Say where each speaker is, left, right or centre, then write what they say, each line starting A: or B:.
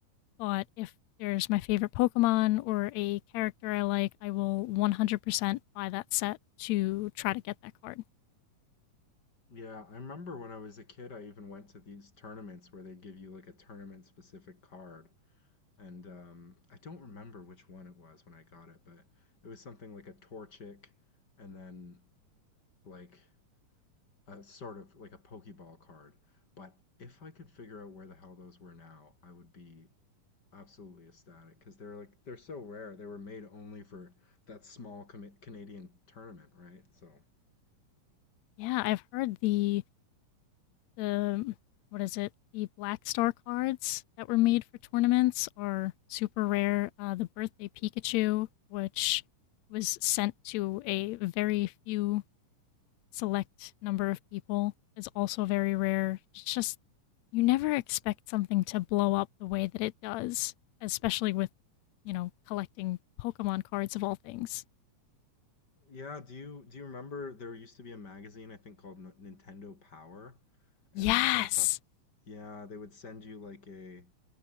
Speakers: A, on the left; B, on the left.
A: But if there's my favorite Pokemon or a character I like, I will 100% buy that set to try to get that card.
B: Yeah, I remember when I was a kid, I even went to these tournaments where they'd give you like a tournament specific card. And um, I don't remember which one it was when I got it, but it was something like a Torchic and then like A sort of like a Pokeball card, but if I could figure out where the hell those were now, I would be absolutely ecstatic because they're like they're so rare. They were made only for that small com- Canadian tournament, right? So
A: Yeah, I've heard the the what is it? The Black Star cards that were made for tournaments are super rare. Uh, the Birthday Pikachu, which was sent to a very few select number of people is also very rare. It's just you never expect something to blow up the way that it does, especially with, you know, collecting Pokemon cards of all things.
B: yeah, do you do you remember there used to be a magazine I think called N- Nintendo Power, and
A: Yes.
B: sometimes yeah they would send you like a